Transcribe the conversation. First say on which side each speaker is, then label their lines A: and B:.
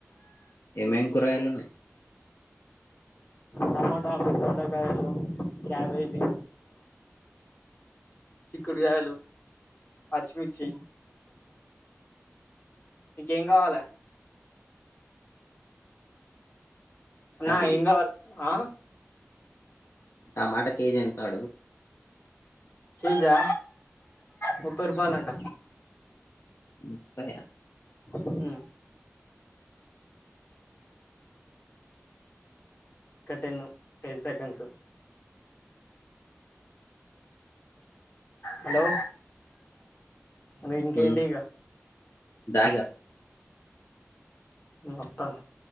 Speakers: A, on the left; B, on the left.
A: ఏమేం కూరగాయలున్నాయి
B: టమాటలు, దొండకాయలు, క్యాబేజీ చిక్కుడుగాయలు పచ్చిమిర్చి నీకేం కావాలే అన్నా
A: అవి
B: ఏం కావాలే, ఆ
A: టమాటా కేజీ ఎంత అడుగు?
B: కేజా ముప్పై రూపాయలంట
A: ముప్పై ఆ
B: హ్మ్ ఒక టెన్ను టెన్ సెకండ్స్ హలో అరె ఇంకేంటిగ
A: ఉమ్ దా ఇగ
B: ఆతన్న